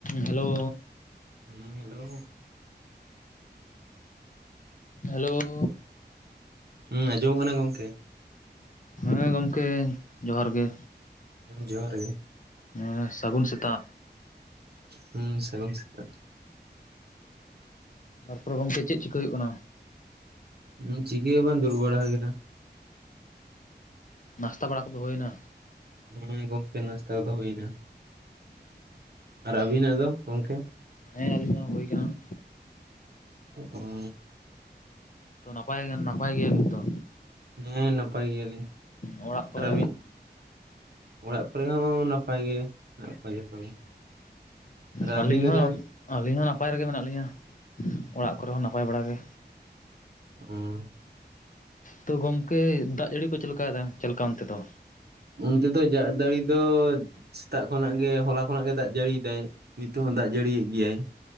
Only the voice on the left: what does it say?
ᱦᱮᱞᱳ
ᱦᱮᱞᱳ
ᱦᱮᱸ ᱜᱚᱢᱠᱮ ᱡᱚᱦᱟᱨ ᱜᱮ
ᱦᱮᱸ ᱥᱟᱹᱜᱩᱱ ᱥᱮᱛᱟᱜ
ᱛᱟᱨᱯᱚᱨᱮ ᱜᱚᱢᱠᱮ ᱪᱮᱫ ᱪᱤᱠᱟᱹ ᱦᱩᱭᱩᱜ ᱠᱟᱱᱟ?
ᱱᱟᱥᱛᱟ ᱵᱟᱲᱟ ᱠᱚᱫᱚ ᱦᱩᱭᱱᱟ᱾
ᱦᱮᱸ ᱟᱹᱞᱤᱧᱟᱜ ᱦᱚᱸ ᱦᱳᱭ ᱠᱟᱱᱟ᱾
ᱛᱚ ᱱᱟᱯᱟᱭ ᱱᱟᱯᱟᱭ ᱜᱮᱭᱟ ᱵᱤᱱ ᱛᱚ?
ᱚᱲᱟᱜ ᱠᱚᱨᱮ
ᱟᱹᱞᱤᱧ
ᱦᱚᱸ
ᱟᱹᱞᱤᱧ ᱦᱚᱸ ᱱᱟᱯᱟᱭ ᱨᱮᱜᱮ ᱢᱮᱱᱟᱜ ᱞᱤᱧᱟᱹ ᱚᱲᱟᱜ ᱠᱚᱨᱮ ᱦᱚᱸ ᱱᱟᱯᱟᱭ ᱵᱟᱲᱟ ᱜᱮ᱾
ᱛᱚ ᱜᱚᱝᱠᱮ ᱫᱟᱜ ᱡᱟᱹᱲᱤ ᱠᱚ ᱪᱮᱫ ᱞᱮᱠᱟᱫᱟ ᱪᱮᱫ ᱞᱮᱠᱟ ᱚᱱᱛᱮ ᱫᱚ?